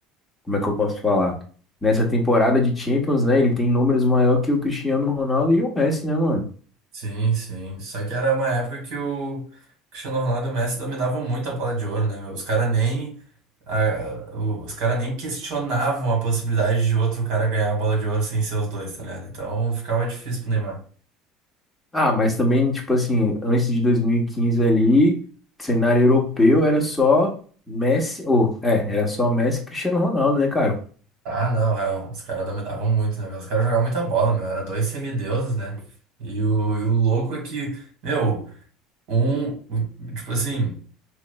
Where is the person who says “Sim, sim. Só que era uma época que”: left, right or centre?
Right